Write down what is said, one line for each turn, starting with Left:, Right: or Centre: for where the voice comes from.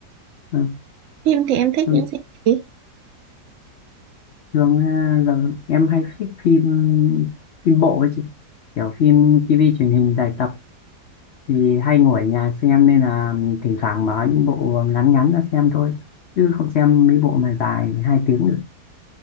Left: à,
Right: phim thì em thích
Left: thường
Right: những phim gì?
Left: thường à, giờ em hay thích phim phim bộ ấy chị, kiểu phim TV truyền hình dài tập thì hay ngồi ở nhà xem nên là thỉnh thoảng mở những bộ ngắn ngắn ra xem thôi chứ không xem mấy bộ mà dài hai tiếng được.